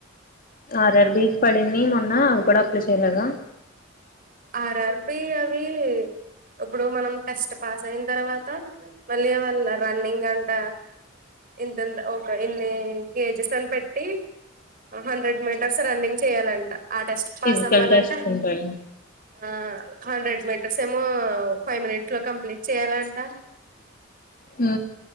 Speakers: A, on the left; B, on the right.
A: ఆర్ఆర్బికి పడింది మొన్న అవి కూడా అప్లై చేయలేదా
B: ఆర్ఆర్బీ అవి ఇప్పుడు మనం టెస్ట్ పాస్ అయిన తర్వాత మళ్ళీ రన్నింగ్ అంట ఇంత ఒక ఇన్ని కేజెస్ అని పెట్టి హండ్రెడ్ మీటర్స్ రన్నింగ్ చేయాలంట ఆ టెస్ట్ పాస్
A: ఫిజికల్
B: అవ్వాలంటే
A: టెస్ట్స్ ఉంటాయి
B: ఆ హండ్రెడ్ మీటర్స్ ఏమో ఫైవ్ మినిట్స్ లో కంప్లీట్ చేయాలంట
A: ఆ